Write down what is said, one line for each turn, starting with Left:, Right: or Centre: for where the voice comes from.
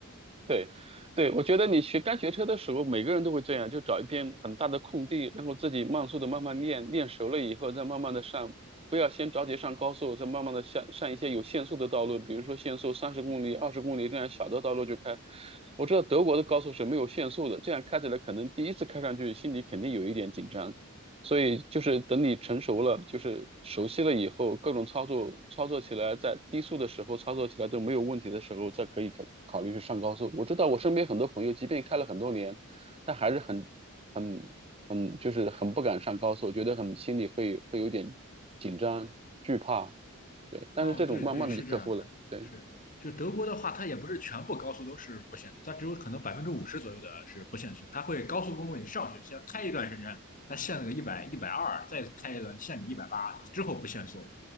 Right: 对，对，我觉得你学刚学车的时候，每个人都会这样，就找一片很大的空地，然后自己慢速的慢慢练，练熟了以后再慢慢的上，不要先着急上高速，再慢慢的上上一些有限速的道路，比如说限速三十公里、二十公里这样小的道路就开。我知道德国的高速是没有限速的，这样开起来可能第一次开上去心里肯定有一点紧张。所以就是等你成熟了，就是熟悉了以后，各种操作操作起来，在低速的时候操作起来都没有问题的时候，再可以考考虑去上高速。我知道我身边很多朋友，即便开了很多年，但还是很很很就是很不敢上高速，觉得很心里会会有点紧张惧怕。对，但是这种慢慢的就克服了。
Left: 哦，对对，是这样的，
Right: 对，
Left: 是就德国的话，它也不是全部高速都是不限速，它只有可能百分之五十左右的是不限速，它会高速公路你上去先开一段时间，它限个一百一百二，一百二十再开一段限你一百八，之后不限速。